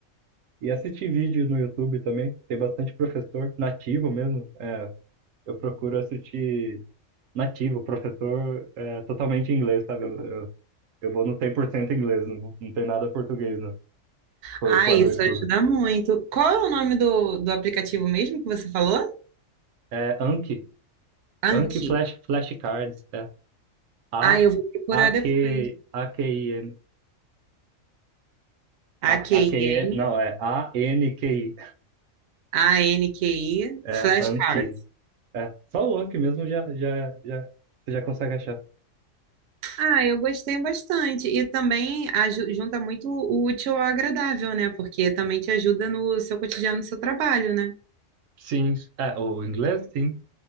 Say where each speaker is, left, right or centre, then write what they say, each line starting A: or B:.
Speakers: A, on the right (about 80°); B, on the right (about 65°).
A: E assistir vídeo no YouTube também. Tem bastante professor nativo mesmo. Eu procuro assistir nativo, professor é, totalmente em inglês, sabe? Eu, eu, eu vou no 100% inglês, não, não tem nada português né, qu-
B: Ai,
A: quando
B: isso
A: eu estudo.
B: ajuda muito. Qual é o nome do, do aplicativo mesmo que você falou?
A: É Anki,
B: Anki.
A: Anki Flash, Flashcards, é A,
B: Ai, eu vou procurar
A: A, Q,
B: depois.
A: A, Q, I, N.
B: A-Q-I-N,
A: A, A, Q, I, não, é A, N, Q, I.
B: A-N-Q-I,
A: É
B: flashcards.
A: Anki. É, só o Anki mesmo já, já, já, você já consegue achar.
B: Ah, eu gostei bastante. E também aju- junta muito o útil ao agradável, né? Porque também te ajuda no seu cotidiano, no seu trabalho, né?
A: Sim, é, o inglês, sim.